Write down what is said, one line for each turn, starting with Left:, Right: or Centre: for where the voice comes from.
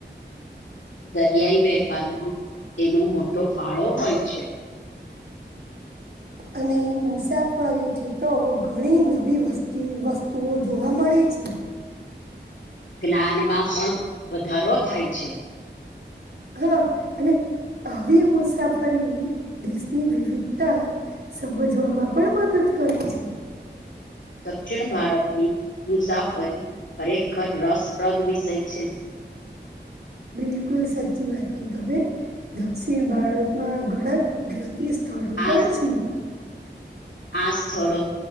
Left: દરિયાઈ વેપારમાં તેનો મોટો ફાળો હોય છે
Right: અને મુસાફરી થી તો ઘણી નવી વ વસ્તુઓ જોવા મ ળે છે
Left: જ્ઞાનમાં પણ વધારો થાય છે
Right: હા અને આવી મુસાફરી દેશની વિવિધતા સમજવામાં પણ મદદ કરી છે
Left: દક્ષિણ ભારત ની મુસાફરી ખરેખર રસપ્રદ વિષય છે
Right: બિલકુલ સાચી વાત નહી તમે દક્ષિણ ભારતમાં ઘણા કુદરતી થડું
Left: આ
Right: પણ છે
Left: આ સ્થળો